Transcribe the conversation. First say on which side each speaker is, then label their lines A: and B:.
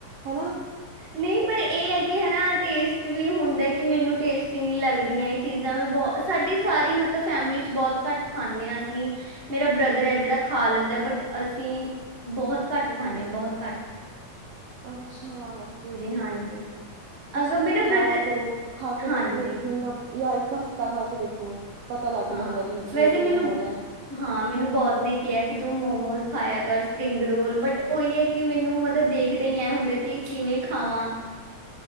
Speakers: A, on the right; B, on the right.
A: ਹੈਨਾ।
B: ਨਹ ਪਰ ਏ ਐ ਕਿ ਹਨਾ ਟੇਸਟ ਵੀ ਹੁੰਦਾ ਕਿ ਮੇਨੂੰ ਟੇਸਟ ਨੀ ਲੱਗਦੀਆਂ ਏ ਚੀਜ਼ਾਂ ਮੈਂ ਬੋ ਸਾਡੀ ਸਾਰੀ ਮਤਲਬ ਫੈਮਿਲੀ ਚ ਬੋਹਤ ਘੱਟ ਖਾਂਣੇ ਹਾਂ ਅਸੀਂ ਮੇਰਾ ਬ੍ਰਦਰ ਹੈ ਜੇੜਾ ਖਾ ਲੈਂਦਾ ਬਟ ਅਸੀਂ ਬੋਹਤ ਕੱਟ ਖਾਂਣੇ ਹਾਂ ਬੋਹਤ ਕੱਟ।
A: ਅੱਛਾ ਓਕੇ-ਓਕੇ।
B: ਹਾਂਜੀ
A: ਤੁਸੀਂ
B: ਅਗਰ
A: ਫਿਰ
B: ਮੇਰਾ
A: ਖਾਇਆ
B: ਬ੍ਰਦਰ
A: ਕਰੋ ਖਾ ਕੇ
B: ਹਾਂਜੀ
A: ਦੇਖ ਲੋ ਇੱਕ ਮੀਨਾ ਯਾਂ ਇੱਕ ਹਫ਼ਤਾ ਖਾ ਕੇ ਦੇਖ ਲੋੋ ਪਤਾ ਲੱਗ
B: ਹਾਂ
A: ਜਾਂਦਾ ਵੀ ਵੇਟ
B: ਵੈਸੇ
A: ਗੇਨ
B: ਮੈਨੂੰ
A: ਹੋ ਰੇਹਾ।
B: ਹਾਂ ਮੈਨੂੰ ਬੋਤ ਨੇ ਕੇਹਾ ਕਿ ਤੂੰ ਮੋਮੋਸ ਖਾਇਆ ਕਰ ਸਪਰਿੰਗ ਰੋਲ ਬਟ ਉਈ ਏ ਕਿ ਮੈਨੂੰ ਮਤਲਬ ਦੇਖਦੇ ਹੀ ਐ ਹੁੰਦਾ ਕਿ ਇੱਕ ਕਿਵੇਂ ਖਾਵਾਂ